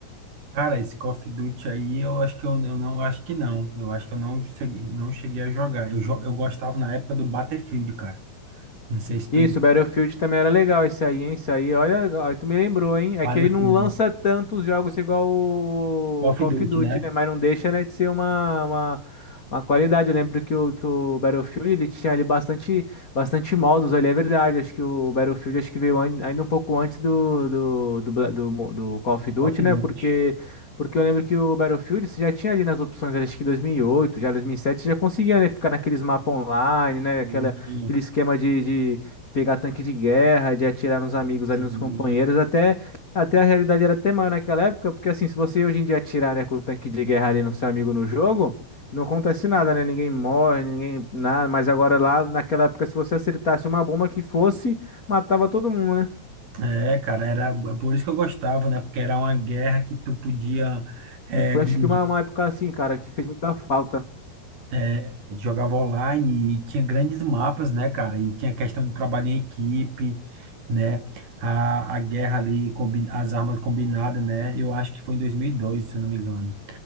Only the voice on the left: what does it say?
Isso, Battlefield também era legal esse aí, hein? Esse aí, olha, olha, tu me lembrou, hein? É
que ele não lança tantos jogos igual o
Call
of Duty,
né? Mas não deixa, né, de ser uma, uma, uma qualidade. Eu lembro que o, que o Battlefield, ele tinha ali bastante, bastante modos, ali, é verdade. Acho que o Battlefield, acho que veio an- ainda um pouco antes do, do, do, Bla- do, mo- do Call of Duty,
né? Porque...
Porque eu lembro que o Battlefield você já tinha ali nas opções, acho que 2008, já 2007, você já conseguia, né, ficar naqueles mapas online, né,
aquela, aquele esquema de de pegar tanque de guerra, de atirar nos amigos
ali, nos companheiros, até, até a realidade era até maior naquela época, porque assim, se você hoje em dia atirar, né, com o tanque de guerra ali no seu amigo no jogo, não acontece nada, né? Ninguém morre, ninguém nada, mas agora lá naquela época, se você acertasse uma bomba que fosse, matava todo mundo, né?
E foi
acho que uma, uma época assim, cara, que fez muita falta.